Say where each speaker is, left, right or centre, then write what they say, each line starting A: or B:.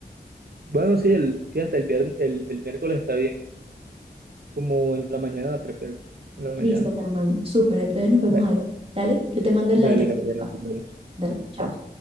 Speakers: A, on the right (about 60°); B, on the right (about 30°).
A: Bueno, sí, el, fíjate, el viernes, el, el miércoles está bien. Como en la mañana, prefiero. En la
B: Listo,
A: mañana.
B: Fernando. Súper, entonces nos vemos
A: Dale,
B: ahí. Dale, yo te mando la
A: dale,
B: dirección
A: Gabriela,
B: del café.
A: nos vemos.
B: Dale,
A: Dale,
B: chao.
A: chao.